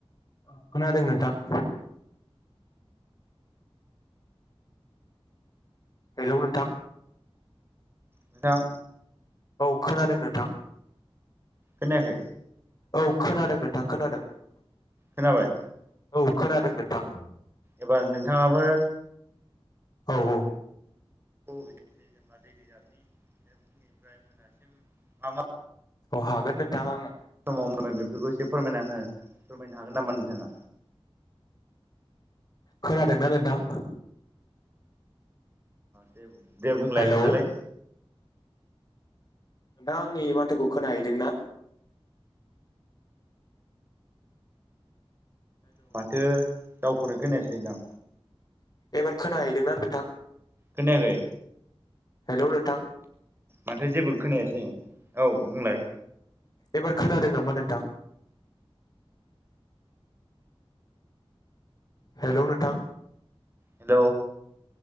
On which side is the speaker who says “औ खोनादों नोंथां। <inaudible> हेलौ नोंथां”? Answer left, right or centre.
Left